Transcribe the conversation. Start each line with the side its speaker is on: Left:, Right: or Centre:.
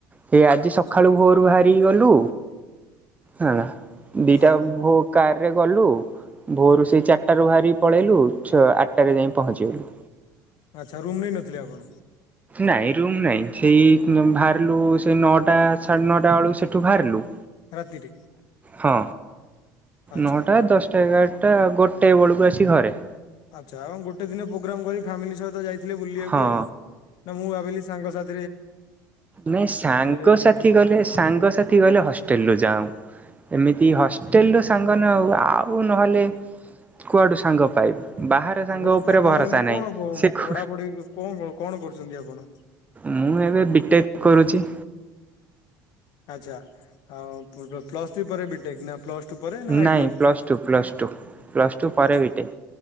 Right: ସେ ଆଜି
Left: ଆଚ୍ଛା।
Right: ସକାଳୁ ଭୋରୁ ବାହାରିକି ଗଲୁ ହେଲା ଦିଟା
Left: ହଁ
Right: ଭୋ କାରରେ ଗଲୁ ଭୋରୁ ସେଇ ଚାରିଟା ରୁ ବାହାରି ପଳେଇଲୁ ଚ ଆଠଟା ଯାଇ ପହଞ୍ଚିଗଲୁ।
Left: ଆଚ୍ଛା ରୁମ୍ ନେଇ ନଥିଲେ ଆପଣ
Right: ନାଇଁ ରୁମ ନାଇଁ ସେଇ ବାହାରିଲୁ ସେ ନଅଟା ସାଢେ ନଅଟା ବେଳୁ ସେଠୁ ବାହାରିଲୁ।
Left: ରାତିରେ।
Right: ହଁ
Left: ଆଚ୍ଛା
Right: ନଅଟା ଦଶଟା ଏଗାରଟା ଗୋଟେ ବେଳକୁ ଆସିିକି ଘରେ।
Left: ଆଚ୍ଛା ଏବଂ ଗୋଟେ ଦିନ ପ୍ରୋଗ୍ରାମ କରି ଫ୍ୟାମିଲି ସହିତ ଯାଇଥିଲେ ବୁଲିବାକୁ
Right: ହଁ
Left: ଆଉ ନା ମୁଁ ଭାବିଲି ସାଙ୍ଗସାଥି
Right: ନାଇ ସାଙ୍ଗସାଥି
Left: ଯଦି ସେଠି।
Right: ଗଲେ ସାଙ୍ଗସଥି ଗଲେ ହଷ୍ଟେଲ ରୁ ଯାଉ। ଏମିତି ହଷ୍ଟେଲ୍ ର ସାଙ୍ଗ ନେଉ ଆଉ ନହେଲେ କୁଆଡ଼ୁ ସାଙ୍ଗ ପାଇବୁ? ବାହାର ସାଙ୍ଗ
Left: ଆପଣ
Right: ଉପରେ
Left: ଆପଣ
Right: ଭରସା
Left: ଏଇନା କଣ
Right: ନାହିଁ ସେ ଖୁ
Left: ପଢାପଢି କଣ କଣ କରୁଛନ୍ତି ଆପଣ?
Right: ମୁଁ ଏବେ ବିଟେକ କରୁଛି।
Left: ଆଚ୍ଛା ଆଉ ପ୍ଲସ ଥ୍ରୀ ପରେ ବିଟେକ୍ ନା ପ୍ଲସ୍- ପରେ ନା ଆଇଟି
Right: ନାଇଁ
Left: ଆଇ।
Right: Plus two plus two. Plus two ପରେ
Left: ଆଛା
Right: ବିଟେକ୍